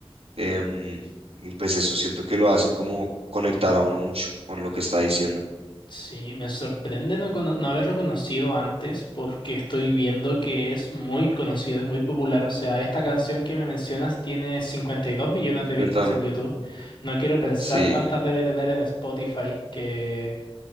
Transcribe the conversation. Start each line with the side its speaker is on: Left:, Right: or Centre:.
Right: em, y pues eso siento que lo hace como conectar a uno mucho con lo que está diciendo.
Left: Sí, me sorprende no, cono- no haberlo conocido antes porque estoy viendo que es muy conocido, es muy popular. O sea, esta canción que me mencionas tiene 52 millones de
Right: Cuéntame.
Left: vistas en YouTube. No quiero pensar
Right: Sí,
Left: cuántas debe tener en Spotify, que